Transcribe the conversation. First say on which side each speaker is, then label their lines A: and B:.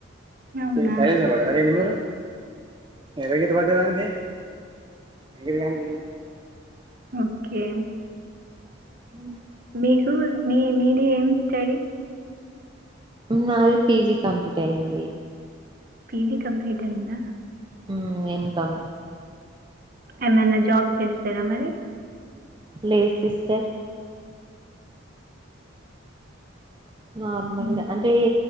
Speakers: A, on the right (about 45°); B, on the right (about 25°).
A: అవునా
B: మీరు సైలెంట్ లో పడ్డదండి మీ నెంబరు పెద్ద గిట్ల పడ్డదానికి <inaudible>
A: ఓకే మీకు మీ మీది ఏం స్టడీ
B: నాది పిజి కంప్లీట్ అయింది
A: పిజీ కంప్లీట్ అయిందా
B: ఊ ఏం కామ్
A: ఏమైనా జాబ్ చేస్తారా మరి
B: లేదు సిస్టర్ నార్మల్గ
A: మ్మ్.
B: అంటే ఈ